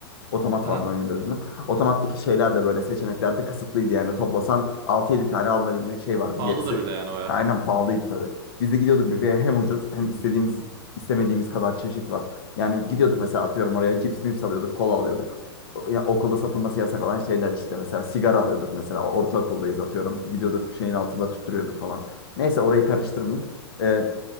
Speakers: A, on the left; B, on the right.
A: Otomat
B: Aha.
A: vardı 17'de dedim. Otomattaki şeyler de böyle seçeneklerde kısıtlıydı yani. Toplasan altı yedi tane alınabilecek şey vardı.
B: Pahalıdır
A: Gerisi
B: bir de yani baya.
A: aynen pahalıydı tabii. Biz de gidiyorduk büfeye hem ucuz hem istediğimiz istemediğimiz kadar çeşit var. Yani gidiyorduk mesela atıyorum oraya cips mips alıyorduk, kola alıyorduk. O- Ya okulda satılması yasak olan şeyler işte mesela sigara alıyorduk mesela ortaokuldayız atıyorum. Gidiyorduk şeyin altında tüttürüyorduk falan. Neyse orayı karıştırmayayım. Ee,